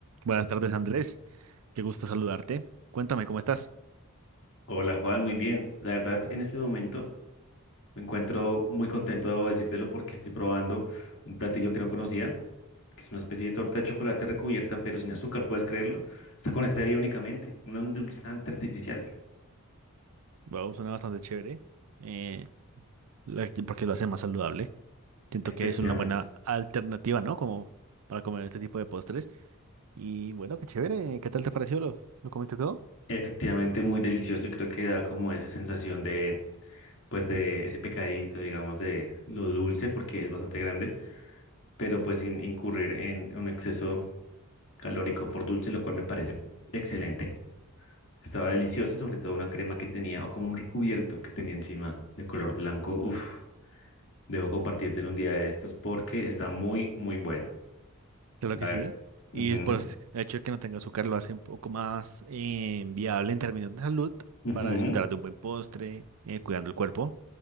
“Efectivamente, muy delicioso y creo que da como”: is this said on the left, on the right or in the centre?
Left